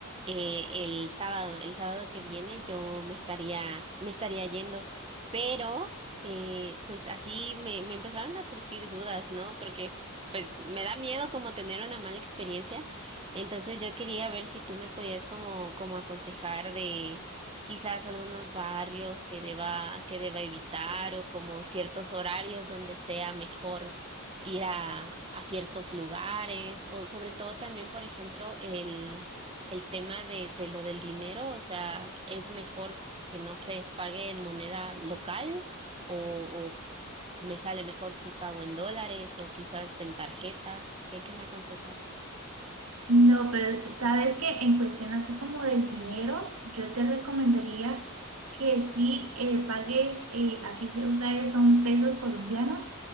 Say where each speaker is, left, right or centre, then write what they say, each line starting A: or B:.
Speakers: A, on the right; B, on the right.
A: eh, el sábado, el sábado que viene yo me estaría, me estaría yendo, pero eh, pues así me, me empezaron a surgir dudas, ¿no? Porque pues me da miedo como tener una mala experiencia, entonces yo quería ver si tú me podías como, como aconsejar de quizás algunos barrios que deba, que deba evitar o como ciertos horarios donde sea mejor ir a, a ciertos lugares o sobre todo también, por ejemplo, el, el tema de, de lo del dinero, o sea, es mejor que no se pague en moneda local o, o me sale mejor si pago en dólares o quizás en tarjeta. ¿Qué, qué me aconsejas?
B: No, pero sabes que en cuestión así como del dinero, yo te recomendaría que sí eh, pagues, eh, aquí se usa es- son pesos colombianos